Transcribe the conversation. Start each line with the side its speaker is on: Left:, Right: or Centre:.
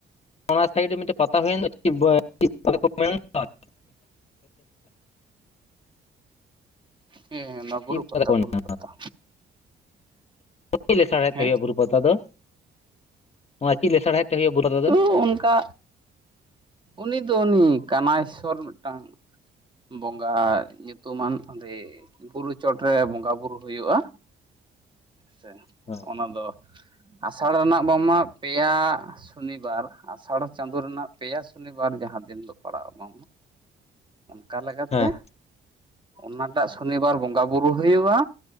Left: ᱚᱱᱟ ᱥᱟᱭᱤᱰ ᱨᱮ ᱢᱤᱫᱴᱮᱡ ᱯᱟᱛᱟ ᱦᱩᱭᱮᱱ ᱫᱚ <unintelligible>
Right: ᱦᱮᱸ ᱚᱱᱟ ᱵᱩᱨᱩ
Left: ᱪᱮᱫ
Right: ᱯᱟᱛᱟ
Left: ᱠᱚ ᱢᱮᱱᱟ
Right: ᱵᱩᱨᱩ ᱯᱟᱛᱟ
Left: ᱪᱮᱫ ᱞᱮ ᱥᱟᱬᱦᱮᱫ
Right: ᱦᱮᱸ
Left: ᱛᱮ ᱦᱩᱭᱩᱜᱼᱟ ᱵᱩᱨᱩ ᱯᱟᱛᱟ ᱫᱚ ᱱᱚᱣᱟ ᱪᱮᱫ ᱞᱮ ᱥᱮᱬᱦᱮᱫ ᱛᱮ ᱦᱩᱭᱩᱜᱼᱟ ᱵᱩᱨᱩ ᱯᱟᱛᱟ ᱫᱚ
Right: ᱛᱚ ᱚᱱᱠᱟᱼᱼ ᱩᱱᱤ ᱫᱚ ᱩᱱᱤ ᱠᱟᱱᱟᱭᱥᱥᱚᱨ ᱢᱮᱫᱴᱟᱝᱼᱼ ᱵᱚᱸᱜᱟ ᱧᱩᱛᱩᱢᱟᱱ ᱚᱸᱰᱮ ᱵᱩᱨᱩ ᱪᱚᱴ ᱨᱮ ᱵᱚᱸᱜᱟ ᱵᱩᱨᱩ ᱦᱳᱭᱳᱜᱼᱟ ᱥᱮᱼᱼ
Left: ᱦᱳᱭ
Right: ᱚᱱᱟ ᱫᱚ ᱟᱥᱟᱲ ᱨᱮᱱᱟᱜ ᱵᱟᱝ ᱢᱟ ᱯᱮᱭᱟᱼᱼ ᱥᱚᱱᱤᱵᱟᱨ ᱟᱥᱟᱲ ᱪᱟᱸᱫᱳ ᱨᱮᱱᱟᱜ ᱯᱮᱭᱟ ᱥᱚᱱᱤᱵᱟᱨ ᱡᱟᱦᱟᱸ ᱫᱤᱱ ᱫᱚ ᱯᱟᱲᱟᱜ ᱢᱟ ᱚᱠᱟ ᱞᱮᱠᱟ
Left: ᱦᱮᱸ
Right: ᱛᱮ ᱚᱱᱟᱴᱟᱜ ᱥᱚᱱᱤᱵᱟᱨ ᱵᱚᱸᱜᱟ ᱵᱩᱨᱩ ᱦᱩᱭᱩᱜᱼᱟ